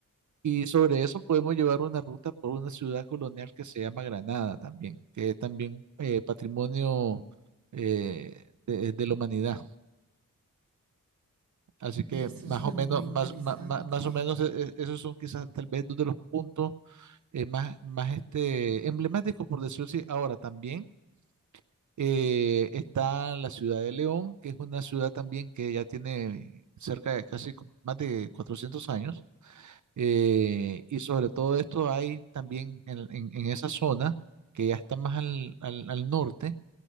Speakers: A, on the right; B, on the right.
A: y sobre eso podemos llevar una ruta por una ciudad colonial que se llama Granada también, que es también eh, patrimonio eh, de, de la humanidad. Así que
B: Oye, eso
A: más
B: suena
A: o menos,
B: muy
A: más,
B: interesante.
A: más, más más o menos, eh, eh, esos son quizás tal vez dos de los puntos eh, más, más este, emblemático, por decirlo así. Ahora también eh, está la ciudad de León, que es una ciudad también que ya tiene cerca de casi co- más de 400 años. eh, y sobre todo esto hay también en, en- en esa zona, que ya está más al, al- al norte,